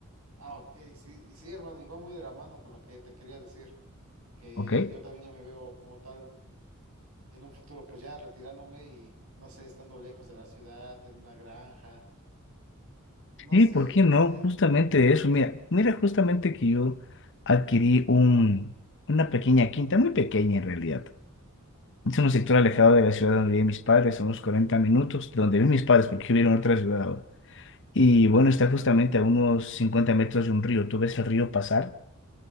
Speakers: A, on the right; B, on the left.
A: Ah, ok, sí, y sí, hermano, y va muy de la mano con lo que te quería decir, que
B: ¿ok?
A: yo también ya me veo como tal en un futuro, pues ya retirándome y, no sé, estando lejos de la ciudad, en una granja, no
B: Sí,
A: sé,
B: ¿por qué no?
A: este,
B: Justamente eso, mira, mira justamente que yo adquirí un, una pequeña quinta, muy pequeña en realidad. Es un sector alejado de la ciudad donde viven mis padres, a unos 40 minutos, donde viven mis padres, porque vivieron en otra ciudad ahora. Y bueno, está justamente a unos 50 metros de un río. Tú ves el río pasar